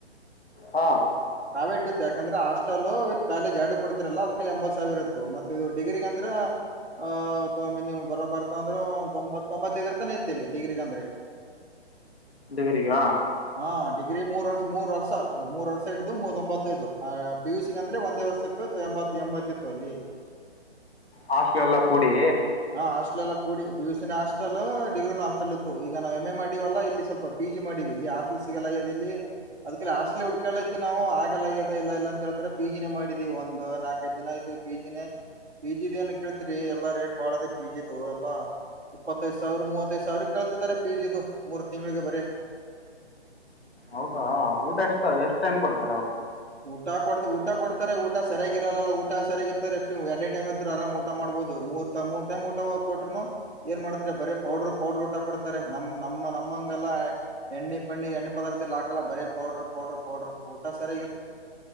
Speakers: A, on the left; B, on the right.
A: ಹಾ
B: ಪ್ರೈವೇಟ್ ಇತ್ತು ಯಾಕಂದ್ರೆ ಹಾಸ್ಟೆಲ್ ವಿತ್ ಕಾಲೇಜ್ ಎರಡು ಕೊಡ್ತಿರಲ್ಲ ಅದಕಲ್ಲಿ ಎಂಬತ್ ಸಾವಿರ ಇತ್ತು ಮತ್ತು ಡಿಗ್ರಿ ಅಂದ್ರ ಆ ಮಿನಿ ಬರ ಬರ್ತಂದ್ರೆ ತೊಂಬತ್ ತೊಂಬತ್ತೈದಿರ್ತಾನ ಇರ್ತ್ತತಿ ಡಿಗ್ರಿಗಂದ್ರೆ.
A: ಡಿಗ್ರಿ ಗಾ?
B: ಹಾ ಡಿಗ್ರಿ ಮೂರ್ ವರ್ಷ ಮೂರ್ ವರ್ಷ ಮೂರ್ ವರ್ಷ. ಮೂವತ್ೊಂಬತ್ತೈದು ಪಿ ಯು ಸಿ ಅಂದ್ರೆ ಒಂದೇ ವರ್ಷಕ್ಕೆ ಎಂಬ ಎಂಬತ್ತಿತ್ತು ಅಲ್ಲಿ. <unintelligible>
A: ಹಾಸ್ಟಲ್ ಎಲ್ಲ ಕೂಡಿ
B: ಹಾ ಹಾಸ್ಟೇಲ್ ಎಲ್ಲಾ ಕೂಡಿ ಪಿ ಯು ಸಿನ ಹಾಸ್ಟೆಲ್ ಡಿಗ್ರಿ ನ ಹಾಸ್ಟೆಲ್ ಇತ್ತು ಈಗ ನಾವು ಎಂ ಎ ಮಾಡಿವಲ್ಲ ಇಲ್ಲಿ ಸ್ವಲ್ಪ ಪಿ ಜಿ ಮಾಡಿವಿ ಇಲ್ಲಿ ಹಾಸ್ಟೆಲ್ ಸಿಗಲ್ಲ ಇಲ್ಲಿ ಅದಕ ಹಾಸ್ಟಲ್ ಹ ಕೇಳತಿ ನಾವು ಆಗಲ್ಲ ಆಗ್ಯದ ಇಲ್ಲ ಇಲ್ಲ ಅಂತೇಳ್ತಾರೆ ಪಿ ಜಿ ನೆ ಮಾಡಿದೀವಿ ಒಂದು ನಾಲ್ಕೈಐದು ದಿನ ಆಯ್ತ್ತಿ ಪಿ ಜಿನೆ ಪಿ ಜಿ ದು ಏನ್ ಕೇಳ್ತಿರಿ ಎಲ್ಲಾ ರೇಟ್ ಬಾಳ ಅದ ಪಿ ಜಿದು ಎಲ್ಲಾ ಇಪ್ಪತ್ತೈದ ಸಾವಿರ ಮೂವತ್ತೈದ್ ಸಾವಿರ ಕೇಳ್ತಿದ್ದಾರೆ ಪಿ ಜಿ ದು ಮೂರ್ ತಿಂಗಳಿಗೆ ಬರೀ
A: ಹೌದಾ ಊಟ ಎಷ್ಟು ಎಷ್ಟು ಟೈಮ್ ಕೊಡ್ತಾರೆ ಅವ್ರು?
B: ಊಟ ಕೊಡ್ದ ಊಟ ಕೊಡ್ತಾರೆ ಊಟ ಸರಿಯಾಗಿರಲ್ಲ ಅಲ್ಲ ಊಟ ಸರಿಯಾಗಿದ್ರೆ ಎಷ್ಟು ಎರಡೇ ಟೈಮ್ ಇದ್ರುನ್ ಆರಾಮ್ ಊಟ ಮಾಡ್ಬಹದು ಮೂರ್ ಮೂರು ಟೈಮ್ ಊಟವ ಕೊಟ್ರೂನು ಏನ್ ಮಾಡ್ತರಿ ಬರೀ ಪೌಡರು ಪೌಡ್ರ ಊಟ ಕೊಡ್ತಾರೆ ನಮ್ ನಮ್ಮ ನಮ್ಮಂಗಲ್ಲ ಎಣ್ಣೆ ಪಣ್ಣ ಎಣ್ಣೆಪದಾರ್ಥದಲ್ಲಿ ಹಾಕಲ್ಲ ಬರೇ ಪೌಡರ್ ಪೌಡರ್ ಪೌಡರ್ ಊಟ ಸರಿಯಾಗಿಲ್ಲ.